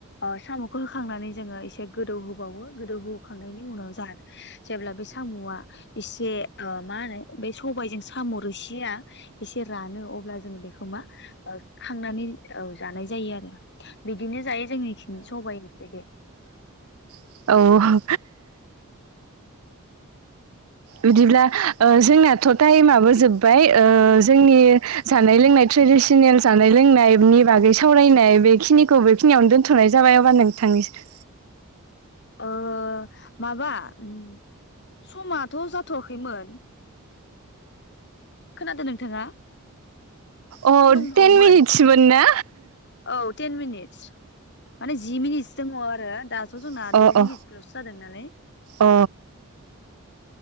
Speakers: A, on the left; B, on the right.
A: ओ साम'खो होखांनानै जोङो एसे गोदौ होबावो गोदौ होखांनायनि उनाव जाहाथे जेब्ला बे सामआ एसे ओ मा होनो बेै सबायजों साम रोसिया एसे रानो अब्ला जों बेखौ मा ओ खांनानै औ जानाय जायो आरो बिदिनो जायो। जोंनिखिनि सबाय ओंख्रिखो।
B: औ औ बिदिब्ला ओ जोंनाथ टाइमाबो जोब्बाय ओ जोंनि जानाय लोंनाय ट्रेडिसनेल जानाय लोंनायनि बागै सावरायनाय बेखिनिखौ बेखिनियावनो दोनथनाय जाबाय अबब्ला नोंथांनिसि
A: ओ माबा उम समाथ जाथवाखैमोन। खोनादो नोंथाङा?
B: अ
A: सम दंबावोमोन
B: टेन मिनित्समोन ना?
A: औ टेन मिनित्स माने जि मिनिटसो दङ आरो दाथ' जोंना
B: अ अ
A: द' मिनिटसल'सो जादों नालाय
B: अ